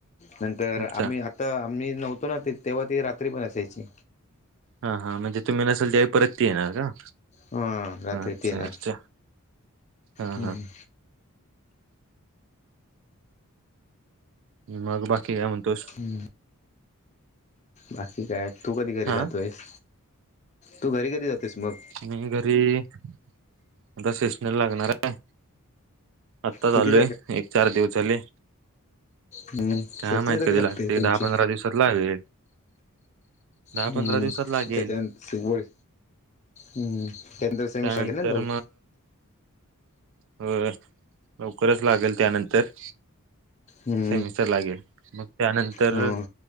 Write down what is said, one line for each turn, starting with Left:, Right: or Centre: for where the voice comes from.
Left: नंतर
Right: अच्छा
Left: आम्ही, तर आम्ही नव्हतो ना. तेव्हा ती रात्री पण असायची.
Right: हा हा म्हणजे तुम्ही नसेल त्यावेळी तुम्ही परत येणार का?
Left: हा रात्री
Right: अच्छा
Left: ती येणार
Right: अच्छा हा
Left: हम्.
Right: हा मग बाकी काय म्हणतोस
Left: हम्म. बाकी काय तू कधी घरी
Right: हा
Left: जातोयस? तू घरी कधी जातेस मग?
Right: मी घरी आता शेषनर लागणार आहे. आत्ता
Left: किती
Right: चालोय. एक चार दिवस झाले.
Left: हम्म, सेकशल
Right: काय माहित
Left: कधी लागते तुमची?
Right: दहा पंधरा दिवसात लागेल दहा
Left: हम्म
Right: पंधरा दिवसात लागेल
Left: त्याच्या, शेंगोळे. हम, त्यांंत कसं
Right: त्यानंतर
Left: मी सगळ्यांना लाऊ.
Right: हो. लवकरच लागेल त्यानंतर,
Left: हम्म.
Right: सेमिस्टर लागेल. मग त्यानंतर
Left: हं